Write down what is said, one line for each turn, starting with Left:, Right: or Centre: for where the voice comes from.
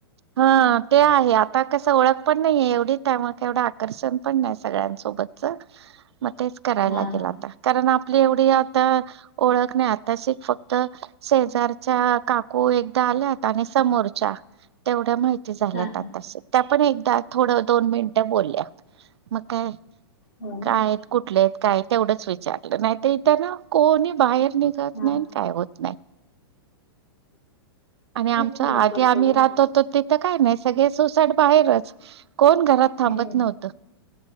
Right: हा ते आहे
Left: <unintelligible>
Right: आता कसं ओळख पण नाहीये एवढी, त्यामुळे एवढं आकर्षण पण नाही, सगळ्यांचं. सोबतच, मग तेच कराय
Left: हा
Right: लागेल
Left: हा
Right: आता, कारण आपली एवढी आता ओळख नाही आताशी, फक्त शेजारच्या काकू एकदा आल्या होत्या, आणि समोरच्या एवढ्या माहिती झाल्यात
Left: हा हा
Right: आत्ताशे. त्या पण एकदा, थोडं दोन मिनिटं बोलल्या, मग काय
Left: हो ना
Right: काय आहेत, कुठले आहेत? काय तेवढंच विचारलं, नाहीत इथ ना, कोणी बाहेर निघत
Left: हा
Right: नाही, आणि काय होत नाही. आणि आमचा
Left: खूप फरक
Right: आधी,
Left: पडतो
Right: आम्ही
Left: ग
Right: राहत होतो, तिथं काय नाही, सगळे सोसाट बाहेरच. कोण घरात थांबत
Left: हो
Right: नव्हतं.